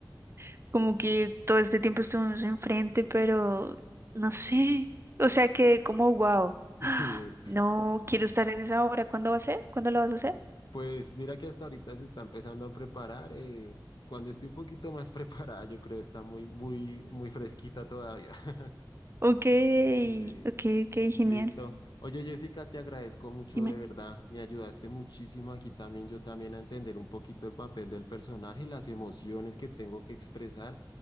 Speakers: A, on the right (about 35°); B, on the left (about 65°).
A: <laughs> Como que todo este tiempo estuvimos enfrente, pero no sé. O sea, que como wow.
B: Sí,
A: Ah, No quiero estar en esa hora. ¿Cuándo va a ser? ¿Cuándo lo vas a hacer?
B: pues mira que hasta ahorita se está empezando a preparar. eh, cuando esté un poquito más <laughs> preparada, yo creo está muy, muy, muy fresquita todavía. <laughs>
A: Ok,
B: Sí.
A: ok, ok, genial.
B: Listo. Oye, Jessica, te agradezco mucho
A: Dime.
B: de verdad. Me ayudaste muchísimo aquí también, yo también a entender un poquito el papel del personaje, las emociones que tengo que expresar